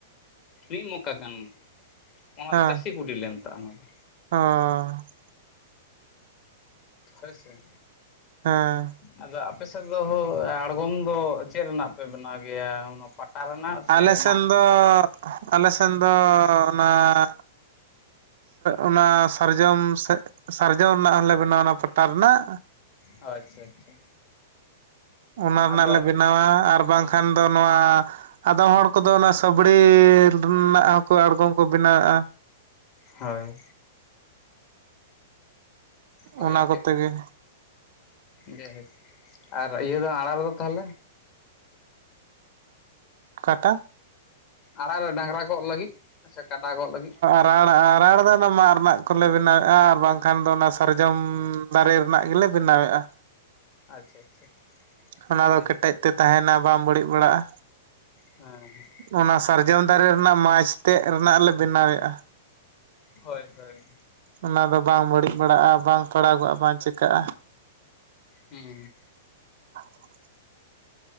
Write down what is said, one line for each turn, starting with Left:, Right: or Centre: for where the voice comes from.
Left: ᱢᱤᱫ ᱢᱚᱠᱟ ᱜᱟᱱ ᱚᱱᱟ
Right: ᱦᱮᱸ
Left: ᱫᱚ ᱪᱟᱹᱥᱤ ᱠᱩᱰᱤ ᱞᱮ ᱢᱮᱛᱟᱜᱼᱟ
Right: <unintelligible>
Left: ᱦᱚᱭ ᱥᱮ
Right: ᱦᱮᱸ
Left: ᱟᱫᱚ ᱟᱯᱮ ᱥᱮᱫ ᱫᱚ ᱟᱬᱜᱚᱢ ᱫᱚ ᱪᱮᱫ ᱨᱮᱱᱟᱜ ᱯᱮ ᱵᱮᱱᱟᱣ ᱜᱮᱭᱟ ᱚᱱᱟ ᱯᱟᱴᱟ ᱨᱮᱱᱟᱜ ᱥᱮ
Right: ᱟᱞᱮ ᱥᱮᱱ
Left: ᱢᱟᱫ
Right: ᱫᱚ
Left: ᱨᱮᱱᱟᱜ
Right: ᱟᱞᱮ ᱥᱮᱱ ᱫᱚ ᱚᱱᱟ ᱚᱱᱟ ᱥᱟᱨᱡᱚᱢ ᱥᱟᱨᱡᱚᱢ ᱨᱮᱱᱟᱜ ᱦᱚᱸᱞᱮ ᱵᱮᱱᱟᱣᱟ ᱚᱱᱟ ᱯᱟᱴᱟ ᱨᱮᱱᱟᱜ
Left: ᱦᱚᱭ ᱟᱪᱪᱷᱟ ᱟᱪᱪᱷᱟ
Right: ᱚᱱᱟ ᱨᱮᱱᱟᱜ
Left: ᱟᱫᱚ
Right: ᱞᱮ ᱵᱮᱱᱟᱣᱟ ᱟᱨ ᱵᱟᱝᱠᱷᱟᱱ ᱫᱚ ᱱᱚᱣᱟ ᱟᱫᱚᱢ ᱦᱚᱲ ᱠᱚᱫᱚ ᱚᱱᱟ ᱥᱟᱹᱵᱲᱤ ᱨᱮᱱᱟᱜ ᱦᱚᱸᱠᱚ ᱟᱬᱜᱚᱢ ᱠᱚ ᱵᱮᱱᱟᱣᱮᱫᱼᱟ
Left: ᱦᱳᱭ ᱦᱳᱭ
Right: ᱚᱱᱟ
Left: ᱟᱨᱠᱤ
Right: ᱠᱚᱛᱮ ᱜᱮ
Left: ᱡᱟᱭᱦᱳᱠ ᱟᱨ ᱤᱭᱟᱹ ᱫᱚ ᱟᱨᱟᱬ ᱫᱚ ᱛᱟᱦᱚᱞᱮ
Right: ᱚᱠᱟᱴᱟᱜ
Left: ᱟᱨᱟᱬ ᱨᱮ ᱰᱟᱝᱨᱟ ᱜᱚᱜ ᱞᱟᱹᱜᱤᱫ ᱥᱮ ᱠᱟᱰᱟ ᱜᱚᱜ ᱞᱟᱹᱜᱤᱫ
Right: ᱟᱜ ᱟᱨᱟᱬ ᱫᱚ ᱚᱱᱟ ᱢᱟᱜ ᱨᱮᱱᱟᱜ ᱠᱚᱞᱮ ᱵᱮᱱᱟᱣᱮᱫᱼᱟ ᱟᱨ ᱵᱟᱝᱠᱷᱟᱱ ᱫᱚ ᱚᱱᱟ ᱥᱟᱨᱡᱚᱢ ᱫᱟᱨᱮ ᱨᱮᱱᱟᱜ ᱜᱮᱞᱮ ᱵᱮᱱᱟᱣᱮᱫᱼᱟ
Left: ᱟᱪᱪᱷᱟ ᱟᱪᱪᱷᱟ
Right: ᱚᱱᱟ ᱫᱚ
Left: ᱡᱟᱭᱦᱳᱠ
Right: ᱠᱮᱴᱮᱡ ᱛᱮ ᱛᱟᱦᱮᱱᱟ ᱵᱟᱢ ᱵᱟᱹᱲᱤᱡ ᱵᱟᱲᱟᱜᱼᱟ
Left: ᱦᱮᱸ ᱦᱮᱸ
Right: ᱚᱱᱟ ᱥᱟᱨᱡᱚᱢ ᱫᱟᱨᱮ ᱨᱮᱱᱟᱜ ᱢᱟᱪᱷ ᱛᱮᱫ ᱨᱮᱱᱟᱜ ᱞᱮ ᱵᱮᱱᱟᱣᱮᱫᱼᱟ
Left: ᱦᱳᱭ ᱦᱳᱭ
Right: ᱚᱱᱟ ᱫᱚ ᱵᱟᱝ ᱵᱟᱹᱲᱤᱡ ᱵᱟᱲᱟᱜᱼᱟ ᱵᱟᱝ ᱯᱟᱲᱟᱜᱚᱜᱼᱟ ᱵᱟᱝ ᱪᱤᱠᱟᱹᱜᱼᱟ
Left: ᱦᱩᱸ
Right: ᱟ <unintelligible>